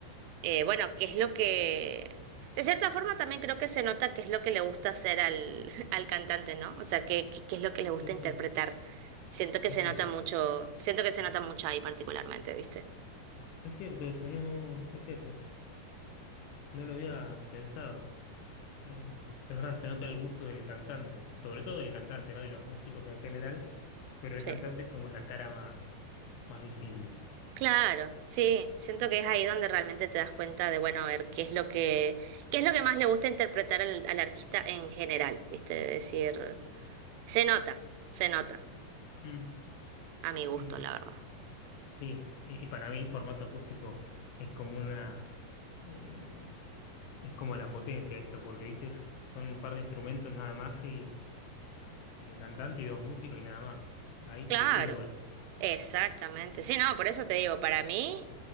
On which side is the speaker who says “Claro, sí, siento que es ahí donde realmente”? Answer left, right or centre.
Right